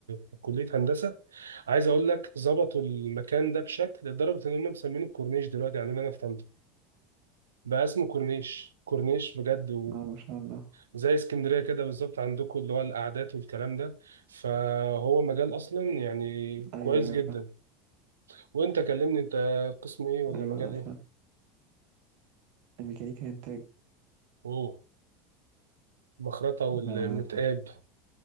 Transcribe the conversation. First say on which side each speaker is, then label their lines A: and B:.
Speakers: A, on the right; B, on the right.
A: في كلية هندسة عايز أقول لك ظبطوا المكان ده بشكل لدرجة إن هم مسمينه الكورنيش دلوقتي عندنا أنا في طنطا بقى اسمه كورنيش كورنيش بجد
B: اه ما شاء الله
A: وزي اسكندرية كده بالظبط عندكم اللي هو القعدات والكلام ده فهو مجال أصلا يعني
B: ايوه
A: كويس
B: ايوه
A: جدا
B: فاهم
A: وأنت كلمني أنت قسم إيه ولا
B: ايوه
A: مجال
B: لا فاهم
A: إيه؟
B: الميكانيكا انتاج
A: أوه مخرطة والمتقاب
B: ما